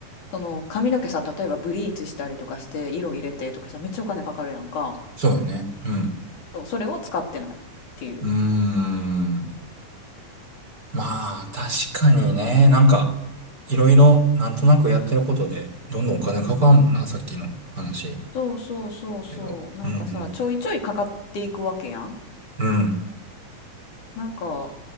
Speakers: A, on the left; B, on the right.
A: その髪の毛さ、例えばブリーチしたりとかして、色入れてとかさ、めっちゃお金かかるやんか。
B: そうだね。うん、
A: そう、それを使ってないっていう。
B: うーん。まあ、確かにね、なんか、いろいろ、なんとなくやってることで、どんどんお金かかんもんな、
A: うんうん。
B: さっきの話。
A: そうそうそうそう。
B: けど。
A: なんかさ、
B: うん、
A: ちょいちょいかかっていくわけやん。
B: うん、うん、
A: なんか、